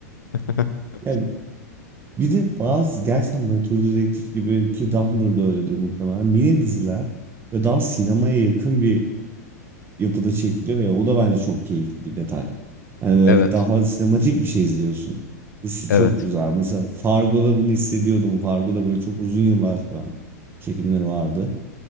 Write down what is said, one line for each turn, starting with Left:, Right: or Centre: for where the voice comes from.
Left: <laughs>
Right: Yani bir de bazı gerçekten böyle True Detective gibi ki Dahmer da öyledir muhtemelen. Mini diziler ve daha sinemaya yakın bir yapıda çekiliyor ya o da bence çok keyifli bir detay. Hani böyle
Left: Evet,
Right: daha sinematik bir şey izliyorsun. Hissi
Left: evet,
Right: çok güzel. Mesela Fargo'da bunu hissediyordum. Fargo'da böyle çok uzun yıllar süren çekimleri vardı.